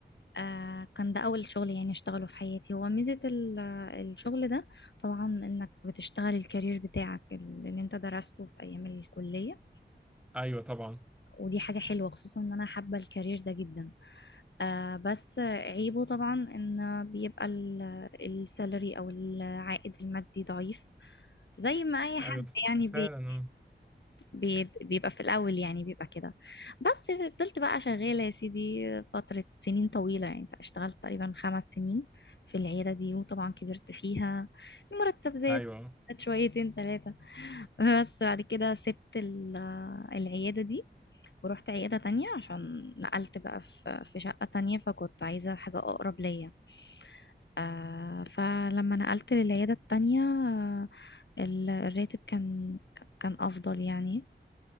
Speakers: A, on the left; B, in the centre.
A: آه كان ده اول شغل يعني اشتغله في حياتي هو ميزه ال- الشغل ده طبعا انك بتشتغل الكارير بتاعك اللي انت درسته في ايام الكليه
B: ايوه طبعا
A: ودي حاجه حلوه خصوصا ان انا حابه الكارير ده جدا آه بس عيبه طبعا ان بيبقى ال- السالري او العائد المادي ضعيف زي ما اي
B: ايوه
A: حد
B: ط-
A: يعني
B: فعلا
A: بي
B: اه
A: بي بيبقى في الاول يعني بيبقى كده بس فضلت بقى شغالة يا سيدي فترة سنين طويلة يعني اشتغلت تقريبا خمس سنين في العيادة دي وطبعا كبرت فيها المرتب زاد
B: ايوه
A: زاد شويتين ثلاثة بس بعد كده سبت ال- العيادة دي ورحت عيادة تانية عشان نقلت بقى في في شقة تانية فكنت عايزة حاجة أقرب ليا آه فلما نقلت للعيادة التانية آه ال- الراتب كان كان أفضل يعني